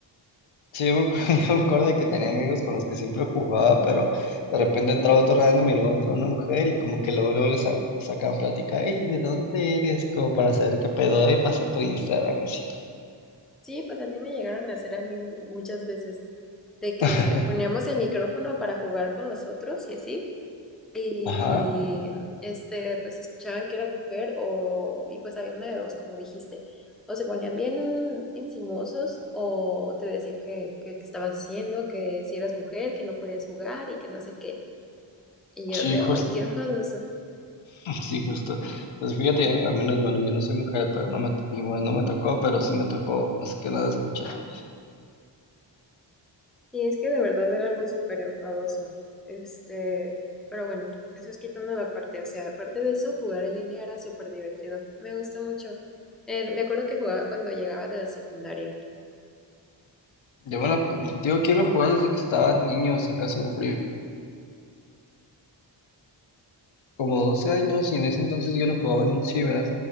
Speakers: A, on the left; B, in the centre.
A: Sí, yo me acu- <laughs> yo me acuerdo de que tenía amigos con los que siempre jugaba, pero de repente entraba otro random y luego entró una mujer y como que luego, luego les sa- sacaban plática, ¿y de dónde eres? Como para saber qué pedo, y pasa tu Instagram. y así.
B: Sí, pues así me llegaron a hacer a mí mu- muchas veces, de que
A: <laughs>
B: poníamos el micrófono para jugar con los otros y así, y
A: Ajá,
B: este, pues escuchaban que era mujer o, y pues había una de dos, como dijiste, o se ponían bien encimosos o te decían que, que, que estabas haciendo, que si eras mujer, que no podías jugar y que no sé qué. Y
A: sí,
B: yo de,
A: justo,
B: ay, qué enfadoso.
A: <laughs> sí, justo. Pues fíjate, al menos, bueno, yo no soy mujer, pero no me, to- igual no me tocó, pero sí me tocó más que nada escuchar.
B: Y es que de verdad era algo súper enfadoso. Este, pero bueno, eso es quitando la parte. O sea, aparte de eso, jugar en línea era súper divertido. Me gustó mucho. Eh, me acuerdo que jugaba cuando llegaba de la secundaria.
A: Yo, bueno, digo, quiero jugar desde que estaba niño, si acaso, a lo mejor como doce años y en ese entonces yo lo jugaba en un ciber.